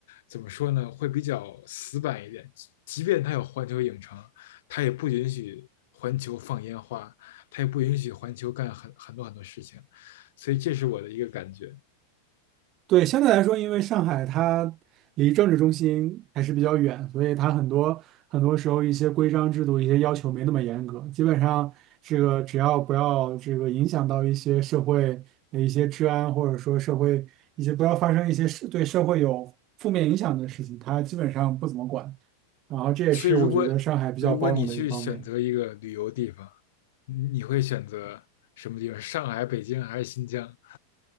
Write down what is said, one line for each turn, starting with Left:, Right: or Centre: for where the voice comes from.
Left: 怎么说呢，会比较死板一点，即便它有环球影城，它也不允许环球放烟花，它也不允许环球干很很多很多事情，所以这是我的一个感觉。
Right: 对，相对来说，因为上海它离政治中心还是比较远，所以它很多很多时候一些规章制度、一些要求没那么严格。基本上，这个只要不要这个影响到一些社会的一些治安，或者说社会一些不要发生一些是对社会有负面影响的事情，它基本上不怎么管。然后这也是我觉得上海比较包容的一方面。
Left: 所以如果如果你去选择一个旅游地方，你会选择什么地方？上海、北京还是新疆？